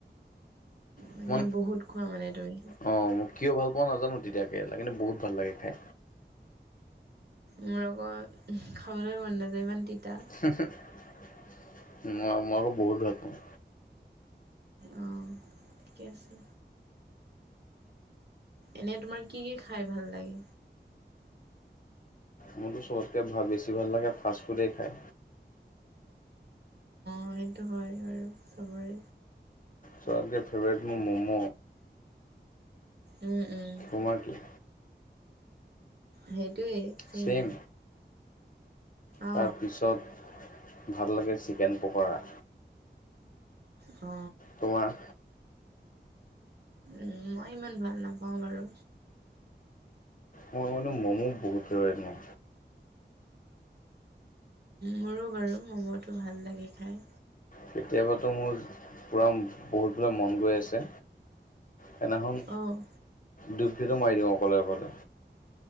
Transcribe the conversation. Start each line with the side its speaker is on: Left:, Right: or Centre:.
Left: <inaudible>
Right: মানে বহুত খোৱা মানে তুমি
Left: অ মই কিয় ভাল পোৱা নাজানো তিতাকেৰেলা কিন্তু বহুত ভাল লাগে খাই।
Right: মোৰ আকৌ খাবলৈ মন নাযায় ইমান তিতা।
Left: মই মোৰো বহুত ভাল পায়।
Right: অ ঠিকে আছে। এনেই তোমাৰ কি কি খাই ভাল লাগে।
Left: মোৰতো চবতকে বেছি ভাল লাগে ফাষ্ট ফুডেই খাই।
Right: অঁ সেইটো হয় আৰু চবৰে।
Left: চবতকে ফেভৰেট মোৰ ম'ম'।
Right: উম উম।
Left: তোমাৰ কি।
Right: সেইটোৱেই চেম।
Left: ছেম।
Right: অ
Left: তাৰপিছত ভাল লাগে চিকেন পকৰা।
Right: অ।
Left: তোমাৰ।
Right: উম মই ইমান ভাল নাপাওঁ বাৰু।
Left: মই মানে মম' বহুত ফেভাৰেট মোৰ।
Right: মোৰো বাৰু ম'ম'টো ভাল লাগে খাই।
Left: কেতিয়াবাতো মোৰ পুৰা বহুতবোলে মন গৈ আছে। সেইদিনাখন
Right: অ',
Left: দুই প্লেটো মাৰি দিওঁ অকলে অকলে।